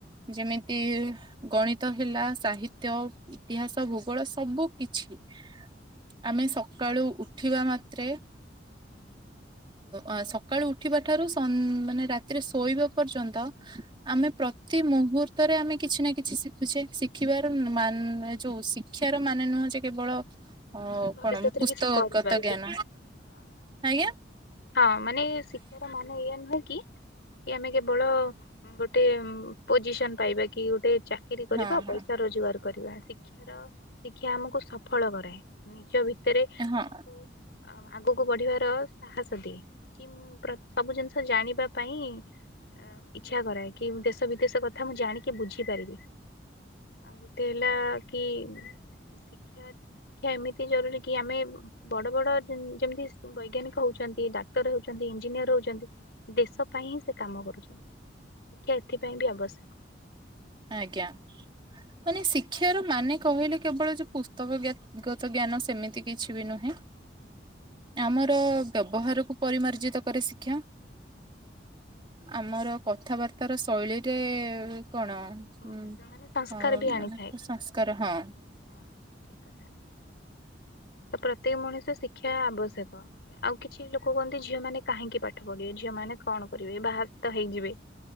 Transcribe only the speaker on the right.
ଯେମିତି ଗଣିତ ହେଲା ସାହିତ୍ୟ ଇତିହାସ ଭୂଗୋଳ ସବୁ କିଛି। ଆମେ ସକାଳୁ ଉଠିବା ମାତ୍ରେ ଅ ସକାଳୁ ଉଠିବା ଠାରୁ ସ ମାନେ ରାତିରେ ଶୋଇବା ପର୍ଯ୍ୟନ୍ତ। ଆମେ ପ୍ରତି ମୁହୂର୍ତ୍ତରେ ଆମେ କିଛି ନା କିଛି ଶିଖୁଛେ, ଶିଖିବାର ଉଁ, ମାନ ଏ ଯୋଉ ଶିକ୍ଷାର ମାନେ ନୁହେଁ ଯେ କେବଳ ଅ,
କଣ ଉଁ, ପୁସ୍ତକଗତ
ଜ୍ଞାନ
ଆଜ୍ଞା।
ହଁ
ହଁ
ହଁ
ଆଜ୍ଞା। ମାନେ ଶିକ୍ଷାର ମାନେ କହିଲେ କେବଳ ଯେ ପୁସ୍ତକଗେ ଗତ ଜ୍ଞାନ ସେମିତି କିଛି ବି ନୁହେଁ, ଆମର ବ୍ୟବହାରକୁ ପରିମାର୍ଜିତ କରେ ଶିକ୍ଷା। ଆମର କଥାବାର୍ତ୍ତ ର ଶୈଳୀରେ କଣ
ଉଁ,
ଆଉ
ମାନେ ସଂସ୍କାର ହଁ,